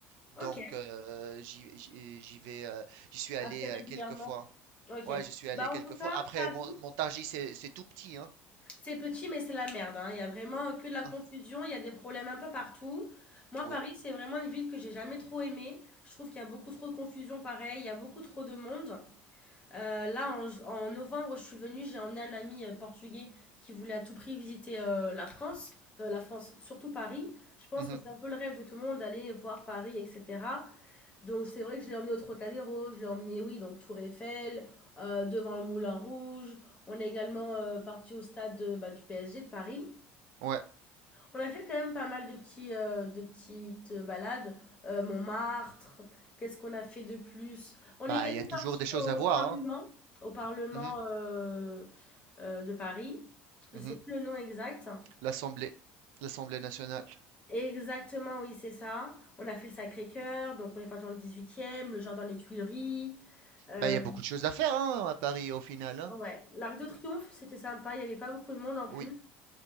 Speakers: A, on the right; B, on the left.
A: Donc,
B: OK.
A: euh, j'y j'y- j'y vais, euh, j'y suis allé
B: Assez régulièrement.
A: euh, quelques fois.
B: OK.
A: Ouais, j'y suis allé
B: Bah, en
A: quelques
B: tout cas,
A: fois. Après,
B: Paris,
A: Mon- Montargis, c'est c'est tout petit, hein.
B: c'est petit, mais c'est la merde, hein. Il y a vraiment que de la
A: Hein,
B: confusion, il y a des problèmes un peu partout. Moi,
A: oui.
B: Paris, c'est vraiment une ville que j'ai jamais trop aimée. Je trouve qu'il y a beaucoup trop de confusion, pareil, il y a beaucoup trop de monde. Euh, là, en, en novembre, je suis venue, j'ai emmené un ami euh, portugais qui voulait à tout prix visiter euh, la France, euh, la France, surtout Paris. Je pense
A: Mhm,
B: que c'est un peu le rêve de tout le monde d'aller voir Paris, etc. Donc c'est vrai que je l'ai emmené au Trocadéro, je l'ai emmené, oui, donc Tour Eiffel, euh, devant le Moulin Rouge. On est également euh, parti au stade de- bah, du PSG de Paris.
A: ouais.
B: On a fait quand même pas mal de petits, euh, de petites euh, balades. Euh, Montmartre, qu'est-ce qu'on a fait de plus? On
A: Bah,
B: est également
A: il y a toujours
B: parti
A: des choses
B: au
A: à voir,
B: Parlement,
A: hein.
B: au Parlement
A: Mhm,
B: euh, euh, de Paris. Je
A: mhm.
B: sais plus le nom exact.
A: L'Assemblée, l'Assemblée nationale.
B: Exactement, oui, c'est ça. On a fait le Sacré-Cœur, donc on est parti dans le 18e, le Jardin des Tuileries. Euh,
A: Bah, il y a beaucoup de choses à faire hein, à Paris au final. hein.
B: ouais, l'Arc de Triomphe, c'était sympa, il n'y avait pas beaucoup de monde en plus.
A: Oui,